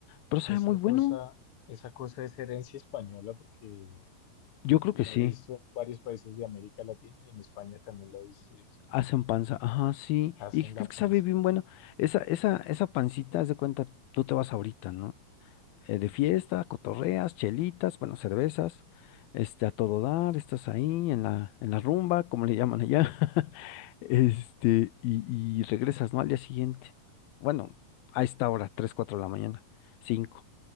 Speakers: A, on the left; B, on the left.
A: pero sabe
B: Esa
A: muy bueno.
B: cosa, esa cosa es herencia española porque
A: Yo
B: La
A: creo que sí.
B: he visto en varios países de América Latina y en España también la he visto. y es-
A: Hacen panza, ajá, sí.
B: hacen
A: ¿Y qué
B: la
A: crees que
B: panza
A: sabe bien bueno? Esa, esa, esa pancita, haz de cuenta, tú te vas ahorita, ¿no? Eh, de fiesta, cotorreas, chelitas, bueno, cervezas, este, a todo dar, estás ahí en la, en la rumba, como le llaman allá, <laughs> este, y, y regresas, ¿no? Al día siguiente. Bueno, a esta hora, 3, 4 de la mañana, 5.